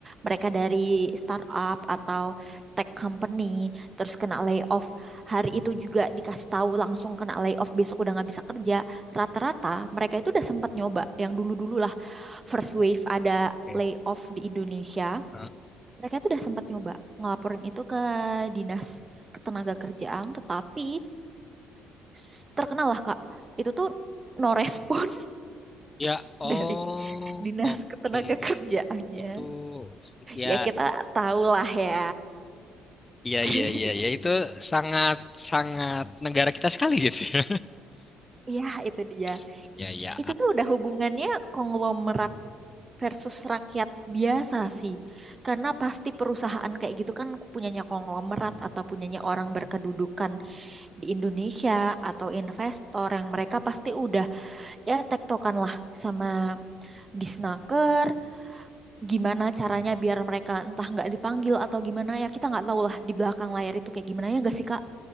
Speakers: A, on the right; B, on the left.
A: Mereka dari startup atau tech company terus kena layoff. Hari itu juga dikasih tahu langsung kena layoff besok udah nggak bisa kerja. Rata-rata mereka itu udah sempat nyoba yang dulu-dulu lah. First wave ada
B: oke.
A: layoff di Indonesia
B: Ah.
A: mereka tuh udah sempat nyoba ngelaporin itu ke dinas ketenaga kerjaan tetapi s- terkenal lah Kak itu tuh no respon
B: Ya,
A: <laughs>
B: oh,
A: dari dinas
B: oke.
A: ketenaga kerjaannya
B: Itu ya,
A: ya kita tahu lah ya
B: ya,
A: <laughs>
B: ya, ya, ya itu sangat sangat negara kita sekali gitu ya.
A: Iya itu dia
B: <laughs> Ya, ya.
A: itu tuh udah hubungannya konglomerat versus rakyat biasa sih karena pasti perusahaan kayak gitu kan punyanya konglomerat atau punyanya orang berkedudukan di Indonesia atau investor yang mereka pasti udah ya tektokan lah sama disnaker gimana caranya biar mereka entah nggak dipanggil atau gimana ya kita nggak tahu lah di belakang layar itu kayak gimana ya nggak sih kak